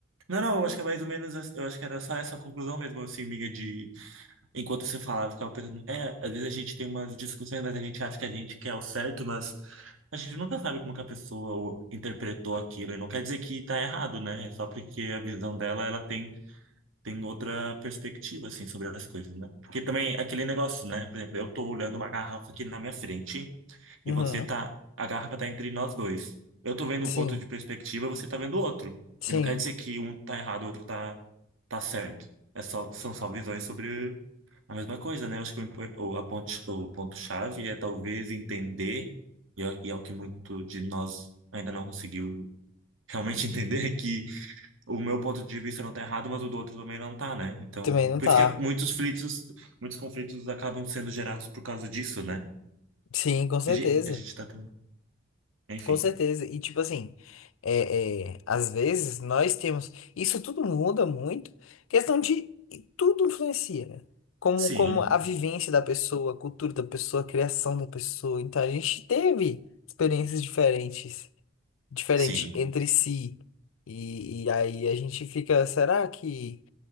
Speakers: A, on the right (about 75°); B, on the left (about 85°).
A: Não, não, eu acho que é mais ou menos, essa- eu acho que era só essa conclusão mesmo, assim, minha de, enquanto você falava, eu ficava pensando, é, às vezes a gente tem umas discussões, mas a gente acha que a gente quer o certo, mas a gente nunca sabe como que a pessoa o- interpretou aquilo, e não quer dizer que tá errado, né? É só porque a visão dela, ela tem tem outra perspectiva, assim, sobre as coisas, né? Porque também é aquele negócio, né? Por exemplo, eu tô olhando uma garrafa aqui na minha frente e
B: Uhum.
A: você tá... A garrafa tá entre nós dois. Eu tô vendo
B: Sim,
A: um ponto de perspectiva, você tá vendo outro.
B: sim.
A: E não quer dizer que um tá errado, o outro tá, tá certo. É só, são só visões sobre a mesma coisa, né? Eu acho que o, impo- o, a ponte- o ponto-chave é talvez entender, e é, e é o que muito de nós ainda não conseguiu realmente <laughs> entender, o meu ponto de vista não tá errado, mas o do outro também não tá, né? Então,
B: Também não
A: por
B: tá.
A: isso que muitos conflitos, muitos conflitos acabam sendo gerados por causa disso, né?
B: Sim, com certeza.
A: A gente, a gente tá tendo, enfim.
B: Com certeza. E tipo assim, é, é, às vezes nós temos. Isso tudo muda muito. Questão de. Tudo influencia, né? Como,
A: Sim,
B: como a vivência da pessoa, a cultura da pessoa, a criação da pessoa. Então a gente teve experiências diferentes, diferente
A: sim,
B: entre si. E, e aí a gente fica, será que